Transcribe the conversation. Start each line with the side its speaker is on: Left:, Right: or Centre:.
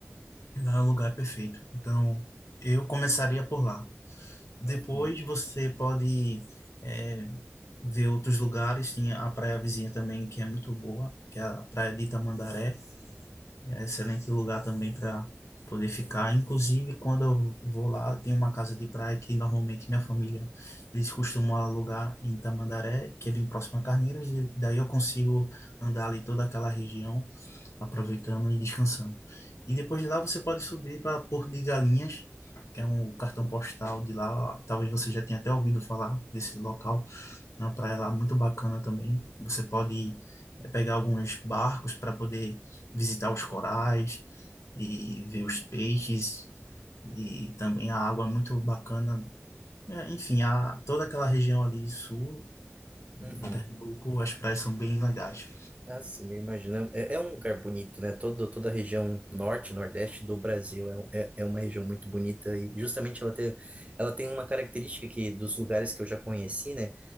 Left: lá é um lugar perfeito. Então, eu começaria por lá. Depois
Right: Uhum,
Left: você pode é, ver outros lugares, tem a praia vizinha também, que é muito boa, que é a Praia de Itamandaré, é um excelente lugar também para poder ficar. Inclusive, quando eu vou lá, tem uma casa de praia que normalmente minha família, eles costumam alugar em Itamandaré, que é bem próximo a Carneiros, e daí eu consigo andar ali toda aquela região aproveitando e descansando. E depois de lá você pode subir para Porto de Galinhas, que é um cartão postal de lá. Talvez você já tenha até ouvido falar desse local. É uma praia lá muito bacana também. Você pode eh, pegar alguns barcos para poder visitar os corais e ver os peixes. E também a água é muito bacana. É, Enfim, a, toda aquela região ali sul de
Right: uhum.
Left: Pernambuco, as praias são bem legais.
Right: Ah, sim, eu imagino. É, é um lugar bonito, né? Todo, toda a região norte, nordeste do Brasil é, um- é, é uma região muito bonita e justamente ela tem, ela tem uma característica que dos lugares que eu já conheci, né?